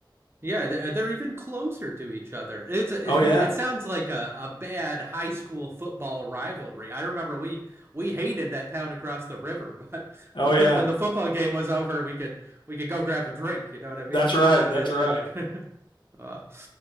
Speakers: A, on the right; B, on the left.
A: Yeah, they're, uh, they're even closer to each other. It's a,
B: Oh yeah,
A: <laughs> it sounds like a, a bad high school football rivalry. I remember we we hated that town across the river, but
B: oh
A: <laughs>
B: yeah,
A: when the football game was over, we could we could go grab a drink. You know what I mean?
B: that's right,
A: But
B: that's
A: it,
B: right.
A: it <laughs> uh,